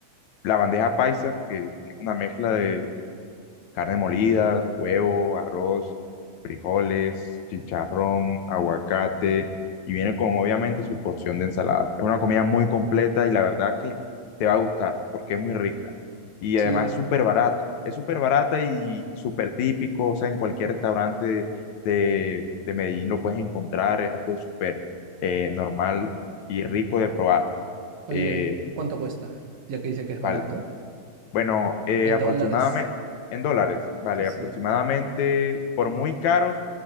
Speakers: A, on the left; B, on the right.
A: la bandeja paisa, que es una mezcla de carne molida, huevo, arroz, frijoles, chicharrón, aguacate y viene con obviamente su porción de ensalada. Es una comida muy completa y la verdad que te va a gustar porque es muy rica y
B: Sí.
A: además es súper barata. Es súper barata y súper típico, o sea, en cualquier restaurante de, de Medellín lo puedes encontrar, es algo súper eh, normal y rico de probar.
B: Oye,
A: Eh,
B: ¿cuánto cuesta? Ya que dice que es barato.
A: val- bueno, eh,
B: En
A: aproximadamente
B: dólares.
A: en dólares, vale,
B: Sí, sí.
A: aproximadamente por muy caro